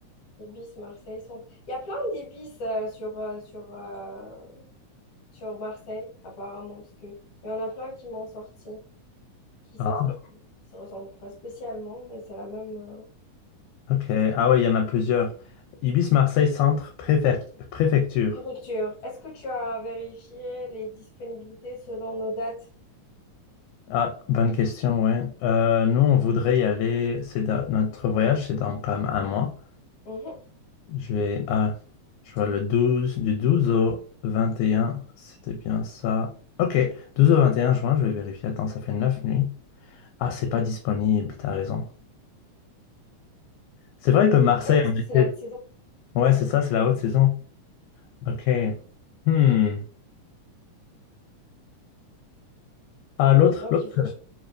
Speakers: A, on the left (about 60°); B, on the left (about 80°).
A: Ibis, Marseille, centre. Il y a plein d'Ibis euh, sur, euh, sur, euh, sur Marseille, apparemment, parce que il y en a plein qui m'ont sorti, qui
B: Ah,
A: sont sortis. Ils se ressemblent pas spécialement, mais c'est la même euh,
B: ok. Ah, ouais, il y en a plusieurs. Ibis Marseille Centre Préfect- Préfecture.
A: préfecture. Est-ce que tu as vérifié les disponibilités selon nos dates?
B: Ah, bonne question, ouais. Euh, nous, on voudrait y aller. C'est dans- notre voyage, c'est dans comme un mois.
A: Mhm.
B: Je vais, ah, je vois le 12 du 12 au 21. C'était bien ça. Ok, Douze au 21 juin, je vais vérifier. Attends, ça fait 9 nuits. Ah, c'est pas disponible, t'as raison. C'est vrai que Marseille
A: Tu vois, parce
B: en
A: que
B: été.
A: c'est la haute saison.
B: Ouais, c'est ça, c'est la haute saison. Ok. Hmm. Ah, l'autre,
A: Donc,
B: l'autre,
A: il faut...